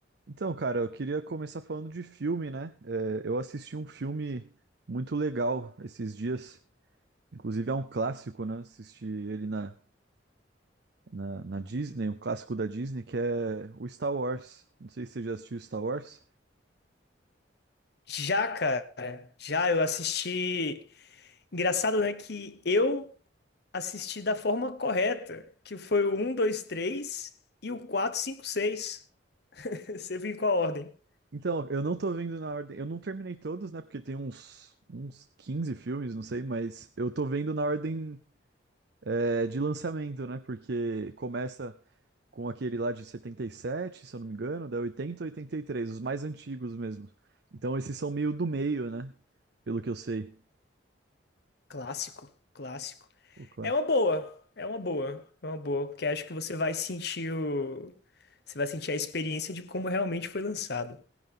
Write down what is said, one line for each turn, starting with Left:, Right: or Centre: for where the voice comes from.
Right: Então, cara, eu queria começar falando de filme, né? É, eu assisti um filme muito legal esses dias. Inclusive é um clássico, né? Assisti ele na, na, na Disney, um clássico da Disney, que é o Star Wars. Não sei se você já assistiu Star Wars.
Left: Já, cara, já eu assisti. Engraçado, né, que eu assisti da forma correta, que foi o um, 2, 3 e o 4, 5, 6. <laughs> Você viu em qual ordem?
Right: Então, eu não tô vendo na ordem. Eu não terminei todos, né? Porque tem uns, uns 15 filmes, não sei, mas eu tô vendo na ordem, é, de lançamento, né? Porque começa. com aquele lá de 77, se eu não me engano, da 80 ou 83, os mais antigos mesmo. Então esses são meio do meio, né? Pelo que eu sei,
Left: Clássico, clássico.
Right: o clássico.
Left: É uma boa, é uma boa, é uma boa, porque acho que você vai sentir o... você vai sentir a experiência de como realmente foi lançado.